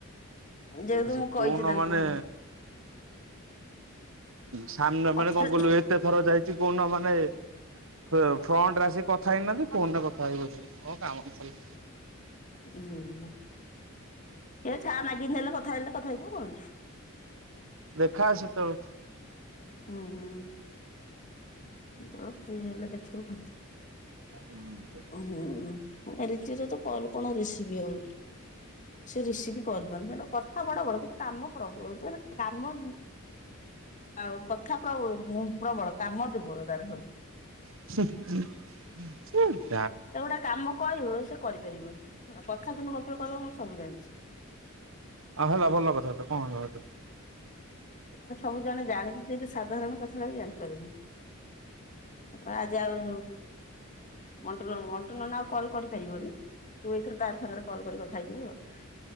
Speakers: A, on the left; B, on the right.
A: ଯେହେତୁ
B: ସେ
A: ମୁଁ
B: କୋଉନ
A: କହିଛି ତାଙ୍କୁ।
B: ମାନେ ସାମ୍ନ
A: କଥା
B: ମାନେ କଣ କହିଲୁ? ଏତେ ଥର ଯାଇଛି କହୁନ ମାନେ ଫ-ଫ୍ରଣ୍ଟରେ ଆସିକି କଥା ହେଇନାହାଁନ୍ତି, ଫୋନ୍ ରେ କଥା ହେବି ବସିକି, ମୋ କାମ ନଥିଲା।
A: ହୁଁ। ଏ ଛାଁ ନାଗିନ୍ ଦେଲେ କଥା ହେଲେ, କଥା ହେଇଯିବୁ କଣ ଅଛି?
B: ଦେଖା ଆ ସେତଅଳକୁ।
A: ହୁଁ- ହୁଁ ଆଉ ଫ୍ରି ହେଲେ ଦେଖିବୁ ଆଉ।
B: ହୁଁ।
A: ହୁଁ- ହୁଁ ରିଚିର ତ କଲ୍ କଣ ରିସିଭ୍ ହଉନି। ସେ ରିସିଭ୍ କରିବନି, ତାର କଥା ବଡ ବଡ କିନ୍ତୁ କାମ ପ୍ରବ ମାନେ କାମ ଆଉ କଥା ପ୍ର ପ୍ରବଳ କାମ ଦୁର୍ବଳ ତାର ସବୁ।
B: ହ।
A: ତାକୁ ଗୋଟେ କାମ କହିବୁ ସେ କରିପାରିବନି, କଥା କିନ୍ତୁ ଗପିବ କହିବ ମୁଁ ସବୁ ଜାଣିଚି।
B: ହଁ ହେଲା ଭଲ କଥା ସେଟା କଣ ହେଲା ହେଠୁ।
A: ସେ ସବୁ ଜାଣେ, ଜାଣିନି ସାଧାରଣ କଥାଟା ବି ଜାଣିପାରୁନି। ତାପରେ ଆଜି ଆଉ ମଟୁନ ମଣ୍ଟୁନନା ଆଉ କଲ୍ କରିପାରିବନି? ତୁ ଏଇଥର ତାରି ସାଙ୍ଗରେ କଲ୍ କରି କଥା ହେଇଯିବୁ ଆଉ।